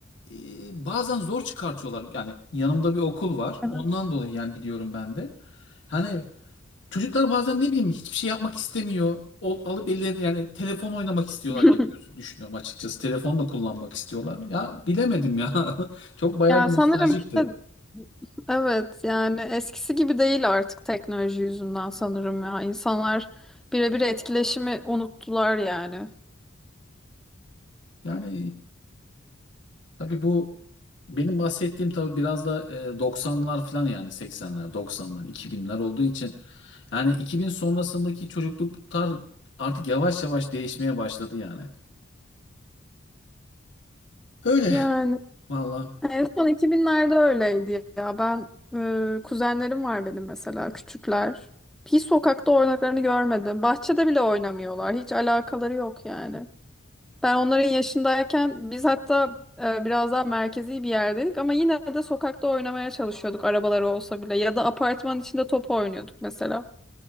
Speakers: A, on the left; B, in the centre.
A: e, bazen zor çıkartıyorlar. Yani yanımda bir okul var.
B: evet.
A: Ondan dolayı yani biliyorum ben de. Hani çocuklar bazen ne bileyim hiçbir şey yapmak istemiyor. Ol- alıp ellerine yani telefon oynamak istiyorlar
B: <laughs>
A: gibi göz- düşünüyorum açıkçası. Telefonla kullanmak istiyorlar. Ya bilemedim ya. <laughs> Çok bayağı
B: Ya
A: bir
B: sanırım
A: nostaljikti.
B: işte evet yani eskisi gibi değil artık teknoloji yüzünden sanırım ya. İnsanlar birebir etkileşimi unuttular yani.
A: Yani Tabii bu benim bahsettiğim tabii biraz da e, 90'lar falan yani 80'ler, 90'lar, 2000'ler olduğu için yani 2000 sonrasındaki çocukluklar artık yavaş yavaş değişmeye başladı yani. Öyle
B: Yani
A: valla.
B: En son iki binlerde öyleydi ya. Ben e, kuzenlerim var benim mesela küçükler. Hiç sokakta oynaklarını görmedim. Bahçede bile oynamıyorlar. Hiç alakaları yok yani. Ben onların yaşındayken biz hatta e, biraz daha merkezi bir yerdeydik ama yine de sokakta oynamaya çalışıyorduk arabaları olsa bile ya da apartmanın içinde top oynuyorduk mesela.